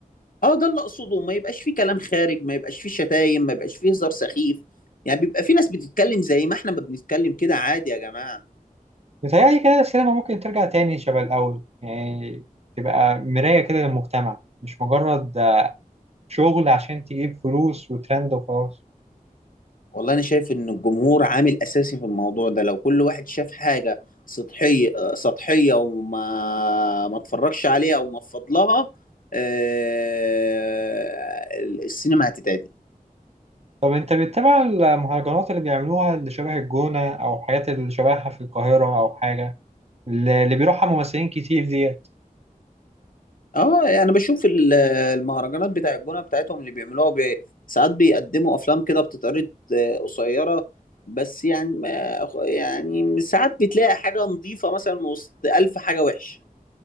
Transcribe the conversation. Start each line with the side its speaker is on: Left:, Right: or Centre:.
Left: اه ده اللي اقصده ما يبقاش فيه كلام خارج ما يبقاش فيه شتايم ما يبقاش فيه هزار سخيف يعني بيبقى في ناس بتتكلم زي ما احنا ما بنتكلم كده عادي يا جماعة
Right: متهيألي كده السينما ممكن ترجع تاني شبه الأول يعني تبقى مراية كده للمجتمع مش مجرد شغل عشان تجيب فلوس وترند وخلاص
Left: والله انا شايف ان الجمهور عامل اساسي في الموضوع ده لو كل واحد شاف حاجة سطحية آه، سطحية وما ما اتفرجش عليها او ما فضلها آه، السينما هتتعدل
Right: طب انت بتتابع المهرجانات اللي بيعملوها اللي شبه الجونة او حاجات اللي شبهها في القاهرة او حاجة اللي اللي بيروحها ممثلين كتير ديت
Left: اه يعني انا بشوف ال- المهرجانات بتاع الجونه بتاعتهم اللي بيعملوها بي... ساعات بيقدموا افلام كده بتتعرض آه، قصيره بس يعني ما... يعني ساعات بتلاقي حاجه نظيفه مثلا من وسط الف حاجه وحشه